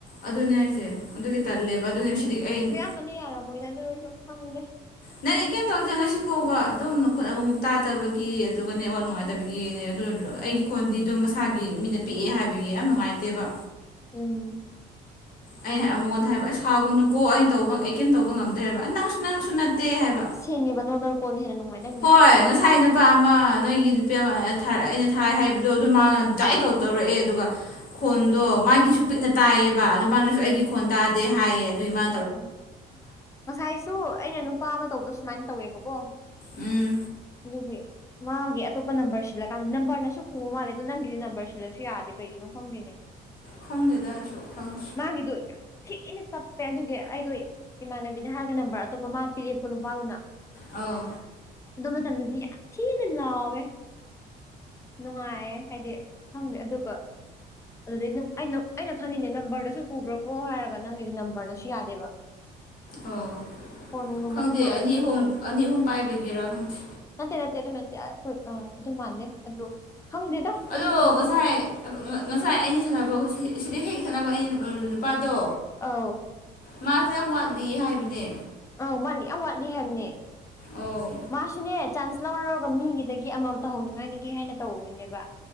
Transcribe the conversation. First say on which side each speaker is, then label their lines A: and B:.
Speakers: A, on the left (about 55°); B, on the left (about 15°).
A: ꯑꯗꯨꯅꯦ ꯍꯥꯏꯁꯦ ꯑꯗꯨꯒꯤ ꯇꯜꯂꯦꯕ ꯑꯗꯨꯅꯦ ꯁꯤꯗꯤ ꯑꯩꯅ
B: ꯃꯅ ꯌꯥꯔꯔꯕꯣꯏꯗ ꯑꯗꯨ ꯁ ꯈꯪꯗꯦ
A: ꯅꯪ ꯀꯩꯅꯝꯇꯧꯗꯦ ꯉꯁꯤ ꯐꯥꯎꯕ ꯑꯗꯨꯝꯅꯈꯣꯠꯅꯕꯃꯨꯛ ꯇꯥꯗꯕꯒꯤ ꯑꯗꯨꯒꯅꯦꯋꯥꯠ ꯅꯨꯡꯉꯥꯏꯇꯕꯒꯤꯅꯦ ꯑꯗꯨ ꯂ ꯑꯩꯒꯤ ꯈꯣꯟꯗꯤ ꯑꯗꯨꯝ ꯃꯁꯥꯒꯤ ꯃꯤꯅ ꯄꯤꯛꯑꯦ ꯍꯥꯏꯕꯒꯤ ꯌꯥꯝ ꯅꯨꯡꯉꯥꯏꯇꯦꯕ
B: ꯎꯝ
A: ꯑꯩꯅ ꯑꯃꯛꯉꯣꯟꯗ ꯍꯥꯏꯕ ꯑꯩ ꯁꯥꯥꯎꯒꯨꯅꯨꯀꯣ ꯑꯩꯅ ꯇꯧꯕ ꯑꯩ ꯀꯔꯤꯝꯇ ꯇꯧꯕ ꯉꯝꯗ꯭ꯔꯦ ꯍꯥꯏꯕ ꯑꯩ ꯅꯪꯁꯨ ꯅꯪꯁꯨ ꯅꯠꯇꯦ ꯍꯥꯏꯕ
B: ꯊꯦꯡꯉꯦꯕ ꯅꯣꯔꯃꯦꯜ ꯀꯣꯟꯅ ꯍꯦꯟꯅ ꯅꯨꯡꯉꯥꯏ ꯅꯪꯒꯤꯗꯤ
A: ꯍꯣꯏ ꯉꯁꯥꯏ ꯅꯨꯄꯥ ꯑꯃ ꯅꯣꯏꯒꯤ ꯅꯨꯄꯤ ꯑꯃ ꯑꯩꯅ ꯊꯥꯏ ꯍꯥꯏꯕꯗꯣ ꯑꯗꯨ ꯃꯥꯅ ꯗꯥꯏꯠ ꯇꯧ ꯇꯧꯔꯛꯑꯦ ꯑꯗꯨꯒ ꯈꯣꯟꯗꯣ ꯃꯥꯒꯤꯁꯨ ꯄꯤꯛꯅ ꯇꯥꯏꯌꯦꯕ ꯑꯗꯨ ꯃꯥꯅꯁꯨ ꯑꯩꯒꯤ ꯈꯣꯟ ꯇꯥꯗꯦ ꯍꯥꯏꯌꯦ ꯑꯗꯨꯒꯤ ꯃꯥ
B: ꯑꯣ ꯉꯁꯥꯏꯁꯨ ꯑꯩꯅ ꯅꯨꯄꯥ ꯑꯃ ꯇꯧꯕꯗꯣ ꯁꯨꯃꯥꯏꯅ ꯇꯧꯋꯦꯕꯀꯣ
A: ꯎꯝ
B: ꯑꯗꯨꯗꯒꯤ ꯃꯥꯒꯤ ꯑꯇꯣꯞꯄ ꯅꯝꯕꯔ ꯁꯤꯜꯂꯀꯥꯟꯗ ꯅꯝꯕꯔꯅꯁꯨ ꯄꯨꯕ ꯃꯥꯜꯦ ꯑꯗꯣ ꯅꯪꯗꯤ ꯅꯝꯕꯔ ꯁꯤꯜꯂꯁꯨ ꯌꯥꯗꯦ ꯀꯩꯒꯤꯅꯣ ꯈꯪꯗꯦꯅꯦ
A: ꯈꯪꯗꯦꯗ ꯑꯩꯁꯨ ꯈꯪꯗ
B: ꯗꯅꯤ ꯇꯞ ꯑꯦꯦ ꯑꯗꯨꯒꯤ ꯑꯩꯗꯣ ꯏꯃꯥꯟꯅꯕꯤꯗ ꯍꯥꯏꯔꯒ ꯅꯝꯕꯔ ꯑꯇꯣꯞꯄ ꯃꯥ ꯄꯤꯔꯞꯀꯣ ꯅꯨꯄꯥꯗꯨꯅ
A: ꯑ
B: ꯑꯗꯨ ꯃꯇꯝꯗꯗꯤ ꯌꯥꯝ ꯊꯤꯅ ꯂꯥꯎꯋꯦ ꯅꯨꯡꯉꯥꯏ ꯍꯥꯏꯗꯤ ꯍꯪꯦ ꯑꯗꯨꯒꯕ ꯑꯗꯨꯗꯩꯩꯅ ꯑꯩꯅ ꯈꯜꯂꯤꯅꯦ ꯅꯝꯕꯔꯗꯁꯨ ꯄꯨꯕ꯭ꯔꯥꯀꯣ ꯍꯥꯏꯔꯒ ꯅꯪꯒꯤꯗꯤ ꯅꯝꯕꯔꯅꯁꯨ ꯌꯥꯗꯦꯕ
A: ꯑꯣ
B: ꯐꯣꯟꯒꯨꯝꯕꯅ
A: ꯈꯪꯗꯦ
B: ꯃꯥꯜꯂꯦ
A: ꯑꯅꯤ ꯑꯍꯨꯝ
B: ꯋꯥꯈꯜꯗ
A: ꯑꯅꯤ ꯑꯍꯨꯝ ꯄꯥꯏꯕꯒꯤꯔꯥ ꯈꯪꯗꯦ
B: ꯅꯠꯇꯦ ꯅꯠꯇꯦ ꯑꯗꯨ ꯅꯠꯇꯦ ꯑꯩꯈꯣꯏ ꯑ ꯑꯗꯨ ꯃꯥꯟꯅꯩ ꯑꯗꯨꯗꯣ ꯈꯪꯗꯦꯗ
A: ꯑꯗꯣ
B: ꯑꯩꯁꯨ ꯀꯃꯥꯏꯅ
A: ꯉꯁꯥꯏ ꯉꯁꯥꯏ ꯑꯩꯅ ꯁꯥꯟꯅꯕ ꯁꯤꯗ ꯍꯦꯛ ꯁꯥꯟꯅꯕ ꯑꯩ ꯅꯨꯄꯥꯗꯣ
B: ꯑꯥꯎ
A: ꯃꯥꯁꯨ ꯌꯥꯝ ꯋꯥꯠꯂꯤ ꯍꯥꯏꯕꯅꯦ
B: ꯑꯥꯎ ꯃꯥꯠꯂꯤ ꯌꯥꯝ ꯋꯥꯠꯂꯤ ꯍꯥꯏꯕꯅꯦ
A: ꯑꯣ
B: ꯃꯥꯁꯨꯅꯦ ꯆꯥꯟꯁ ꯂꯧꯔ ꯂꯧꯔꯒ ꯃꯤꯒꯤꯗꯒꯤ ꯑꯃꯃꯝ ꯇꯧꯍꯧꯅꯤꯡꯉꯥꯏꯅꯤꯒꯦ ꯍꯥꯏꯅ ꯇꯧꯕꯅꯤꯅꯦꯕ